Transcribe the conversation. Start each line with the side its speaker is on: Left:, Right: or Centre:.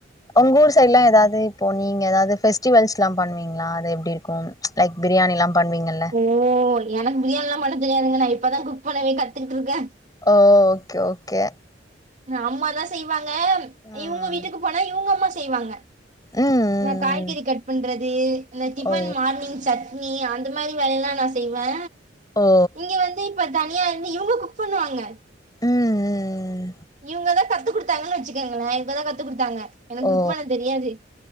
Left: உங்க ஊர் சைட்லா ஏதாவது இப்போ நீங்க ஏதாவது பெஸ்டிவல்ஸ்லா பண்ணுவீங்ளா அது எப்டி இருக்கு லைக் பிரியாணிலா பண்வீங்கல்
Right: ஓ எனக்கு பிரியாணிலா பண்ண தெரியாதுங்க நா இப்பதா குக் பண்ணவே கத்துட்ருக்க
Left: ஓகே ஓகே
Right: அம்மாதா செய்வாங்க
Left: ம்
Right: இவுங்க வீட்டுக்கு போனா இவுங்க அம்மா செய்வாங்க
Left: ம் ம்
Right: நா காய்கறி
Left: ம்.
Right: கட் பண்றது இந்த டிபன்
Left: ஓ
Right: மார்னிங் செ நீ அந்த மாரி வேலையெல்லா நா செய்வே
Left: ஓ
Right: இங்க வந் து இப்ப தனியா இருந்து இவுங்க குக் பண்ணுவாங்க
Left: ம் ம்
Right: இவுங்கதா கத்து குடுத்தாங்கன் வச்சுக்கோங்களே இவதா கத்து குடுத்தாங்க எனக்கு
Left: ஓ
Right: குக் பண்ண தெரியாது